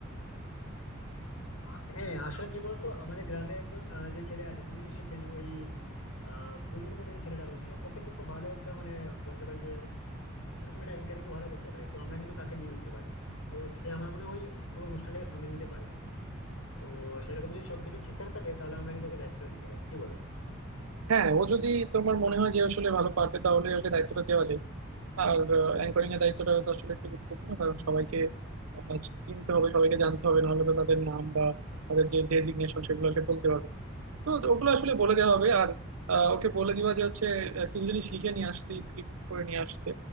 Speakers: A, on the left; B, on the right.
A: আহ, হ্যাঁ আসলে কি বলতো আমাদের গ্রামের একজন আহ, যে ছেলে আছে তুমি নিশ্চয় চেনো ওই আহ বুবুন বলে যে ছেলেটা রয়েছে ও কিন্তু খুব ভালো একটা মানে বলতে পারি যে সেরকম একটা অ্যাঙ্কারিং ভালো করতে পারে তো আমরা কিন্তু তাকে দিয়ে দিতে পারি তো সে আমার মনে হয় পুরো অনুষ্ঠানটাকে সামলে নিতে পারবে তো সেরকম যদি সবকিছু ঠিকঠাক থাকে তাহলে আমরা কিন্তু ওকে দায়িত্বটা দিতে পারি কি বলো
B: হ্যাঁ ও যদি তোমার মনে হয় যে আসলে ভালো পারবে তাহলে ওকে দায়িত্বটা দেওয়া যায় আর অ্যাঙ্করিং এর দায়িত্বটা তো আসলে একটু গুরুত্বপূর্ণ কারণ সবাইকে আহ, চিনতে হবে সবাইকে জানতে হবে নাহলে তো তাদের নাম বা তাদের যে ডেজিগনেশন সেগুলো সে বলতে পারবে না। তো ওগুলো আসলে বলে দেওয়া হবে আর আহ, ওকে বলে দিবা যে হচ্ছে আহ, কিছু জিনিস লিখে নিয়ে আসতে স্ক্রিপ্ট করে নিয়ে আসতে